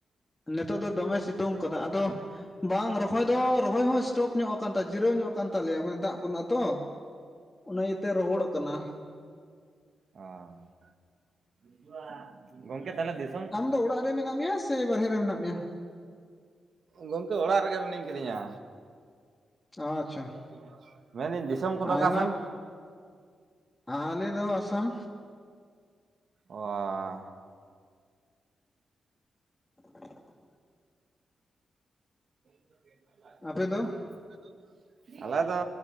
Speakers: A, on the left (about 15°); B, on the right (about 55°).
A: ᱱᱤᱛᱳᱜ ᱫᱚ ᱫᱚᱢᱮ ᱥᱤᱛᱩᱝ ᱟᱠᱟᱫᱟ ᱟᱫᱚ ᱵᱟᱝ ᱨᱚᱦᱚᱭ ᱫᱚ ᱨᱚᱦᱚᱭ ᱦᱚᱸ ᱥᱴᱚᱯ ᱧᱚᱜ ᱟᱠ ᱛᱟᱭ ᱡᱤᱨᱟᱹᱣ ᱧᱚᱜ <unintelligible> ᱠᱟᱱ ᱛᱟᱞᱮᱭᱟ ᱢᱟᱱᱮ ᱫᱟᱜ ᱵᱟᱹᱱᱩᱜ ᱟᱛᱚ ᱚᱱᱟ ᱤᱭᱟᱹᱛᱮ ᱨᱚᱦᱚᱲᱚᱜ ᱠᱟᱱᱟ
B: ᱳ <unintelligible> <unintelligible> ᱜᱚᱢᱠᱮ ᱛᱟᱞᱦᱮ ᱫᱤ <unintelligible>
A: ᱟᱢ ᱫᱚ ᱚᱲᱟᱜ ᱨᱮ ᱢᱮᱱᱟᱜ ᱢᱮᱭᱟ ᱥᱮ ᱵᱟᱨᱦᱮ ᱨᱮ ᱢᱮᱱᱟᱜ ᱢᱮᱭᱟ
B: ᱜᱚᱢᱠᱮ ᱚᱲᱟᱜ ᱨᱮᱜᱮ ᱢᱤᱱᱟᱹᱧ ᱠᱤᱫᱤᱧᱟ
A: ᱟᱪᱪᱷᱟ
B: <unintelligible> ᱢᱮᱱᱟᱹᱧ ᱫᱤᱥᱚᱢ ᱠᱚᱫᱚ
A: ᱟᱭᱢᱟ
B: ᱚᱠᱟ ᱥᱮᱱ
A: <unintelligible> ᱟᱞᱮ ᱫᱚ ᱟᱥᱟᱢ
B: ᱚᱣᱟᱻ
A: <inaudible>
B: <unintelligible>
A: ᱟᱯᱮ ᱫᱚ
B: ᱟᱞᱮᱫᱚ